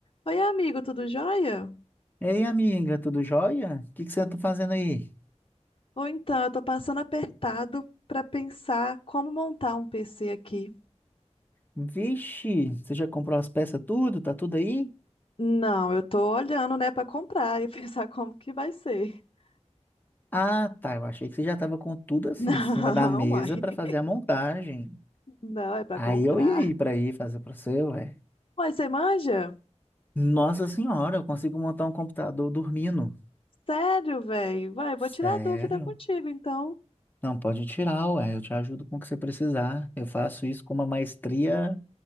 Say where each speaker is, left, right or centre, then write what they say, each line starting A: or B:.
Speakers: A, on the left; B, on the left.
A: Oi, amigo, tudo jóia?
B: Ei, amiga, tudo jóia? O que que você tá fazendo aí?
A: Ou então, eu tô passando apertado pra pensar como montar um PC aqui.
B: Vixe, você já comprou as peças tudo? Tá tudo aí?
A: Não, eu tô olhando, né, pra comprar e <laughs> pensar como que vai ser. <laughs>
B: Ah, tá, eu achei que você já tava com tudo assim,
A: Não,
B: em cima da mesa
A: uai.
B: pra fazer a montagem.
A: Não, é pra
B: Aí
A: comprar.
B: eu ia ir pra ir fazer pra você, ué.
A: Uai, você manja?
B: Nossa senhora, eu consigo montar um computador dormindo.
A: Sério, velho? Vai, vou
B: Sério?
A: tirar a dúvida contigo, então.
B: Não, pode tirar, ué, eu te ajudo com o que você precisar. Eu faço isso com uma maestria